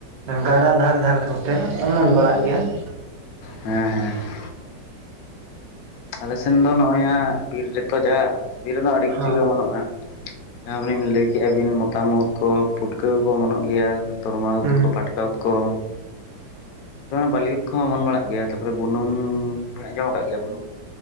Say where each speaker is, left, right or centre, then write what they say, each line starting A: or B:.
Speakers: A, on the right; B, on the left.
A: ᱜᱟᱲᱟ ᱫᱷᱟᱨᱮ ᱫᱷᱟᱨᱮ ᱠᱚᱛᱮ ᱚᱢᱚᱱ ᱵᱟᱲᱟᱜ ᱜᱮᱭᱟ ᱾
B: ᱦᱮᱸ ᱦᱮᱸ ᱾ ᱟᱞᱮᱥᱮᱱ ᱫᱚ ᱱᱚᱜᱼᱚᱭ ᱦᱟᱸᱜ ᱵᱤᱨ ᱨᱮᱛᱚ ᱡᱷᱟ ᱵᱤᱨ ᱨᱮᱱᱚ ᱟᱹᱰᱤ ᱠᱤᱪᱷᱩ
A: ᱦᱚᱸ
B: ᱜᱮ ᱚᱢᱚᱱᱚᱜᱼᱟ ᱾ ᱚᱤᱱ ᱞᱟᱹᱭ ᱠᱮᱜᱼᱟ ᱵᱤᱱ ᱢᱚᱛᱟᱢ ᱩᱫ ᱠᱚ ᱯᱩᱴᱠᱟᱹ ᱠᱚᱠᱚ ᱚᱢᱚᱱᱚᱜ ᱜᱮᱭᱟ, ᱛᱚᱨᱢᱟ ᱩᱫᱽ
A: ᱦᱩᱸ
B: ᱠᱚ ᱯᱟᱴᱠᱟ ᱩᱫᱽ ᱠᱚ, ᱵᱟᱞᱤ ᱩᱫ ᱠᱚᱦᱚᱸ ᱚᱢᱚᱱ ᱵᱟᱲᱟᱜ ᱜᱮᱭᱟ ᱛᱟᱯᱚᱨᱮ ᱵᱩᱱᱩᱢᱻ ᱟᱸᱡᱚᱢ ᱟᱠᱟᱜ ᱜᱮᱭᱟ ᱵᱩᱱᱩᱢ?